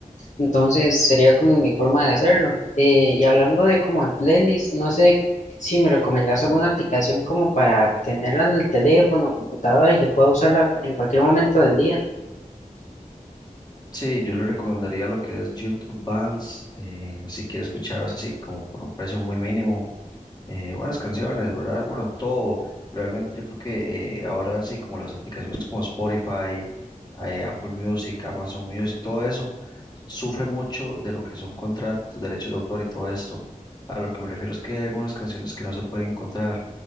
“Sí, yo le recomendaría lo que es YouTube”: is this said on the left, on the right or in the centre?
Left